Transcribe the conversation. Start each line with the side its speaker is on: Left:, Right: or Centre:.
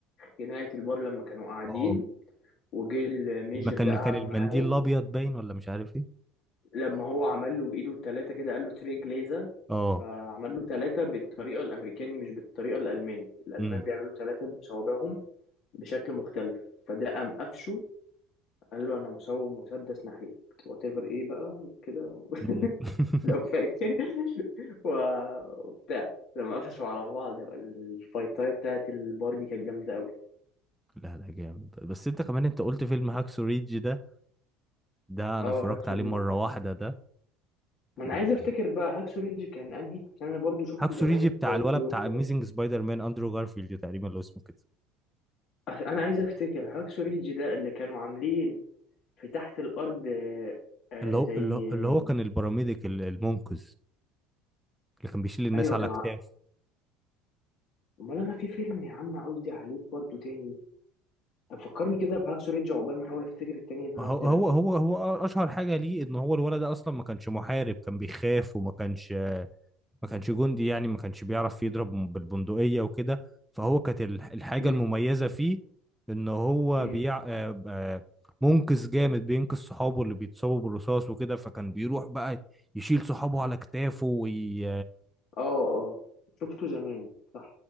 Left: نهاية البار لما كانوا قاعدين
Centre: اه
Left: وجه الميجر
Centre: ما كان
Left: ده قعد
Centre: كان المنديل
Left: معاهم
Centre: الابيض باين ولا مش عارف ايه
Left: لما هو عمل له بايده التلاتة كده قال له تري جليزا
Centre: اه
Left: فعمل له تلاتة بالطريقة الأمريكاني مش بالطريقة الألماني الألمان
Centre: امم
Left: بيعملوا تلاتة بصوابعهم بشكل مختلف فده قام قفشه قال له انا مصور مسدس ناحيك وات ايفر ايه بقى وكده و- <laughs>
Centre: أمم. <laughs>
Left: لو فاكر <laughs> و- وبتاع لما قفشوا على بعض الفايتايه بتاعت البار دي كانت جامده قوي
Centre: لا لا جامد بس انت كمان انت قلت فيلم هاكسو ريدج ده ده انا
Left: اه
Centre: اتفرجت
Left: هاكسو
Centre: عليه
Left: ريدج
Centre: مرة واحدة
Left: ما
Centre: ده
Left: انا عايز افتكر بقى هاكسو ريدج كان انهي عشان انا برضو شفته
Centre: هاكسو
Left: زمان
Centre: ريجي بتاع
Left: زي
Centre: الولا
Left: فيور
Centre: بتاع
Left: كده
Centre: اميزنج سبايدر مان اندرو جارفيلد تقريبا لو اسمه كده
Left: انا عايز افتكر هاكسو ريدج ده اللي كانوا عاملين في تحت الارض آه، آه،
Centre: اللي هو
Left: زي
Centre: اللي هو اللي هو
Left: آه،
Centre: كان البراميديك ال- المنقذ اللي كان بيشيل الناس
Left: ايوه
Centre: على
Left: كان
Centre: اكتاف
Left: ع- امال انا في فيلم يا عم قصدي عليه برضو تاني فكرني كده بهاكسو ريدج عقبال ما احاول افتكر التاني اللي انا
Centre: هو
Left: قصدي
Centre: هو
Left: عليه
Centre: هو هو اشهر حاجه ليه ان هو الولد ده اصلا ما كانش محارب كان بيخاف وما كانش ما كانش جندي يعني ما كانش بيعرف يضرب بالبندقيه وكده فهو كانت ال- الحاجه
Left: امم
Centre: المميزه فيه ان هو
Left: امم
Centre: بيع آه، آه، منقذ جامد بينقذ صحابه اللي بيتصابوا بالرصاص وكده فكان بيروح بقى يشيل صحابه على كتافه وي...
Left: اه اه شفته زمان صح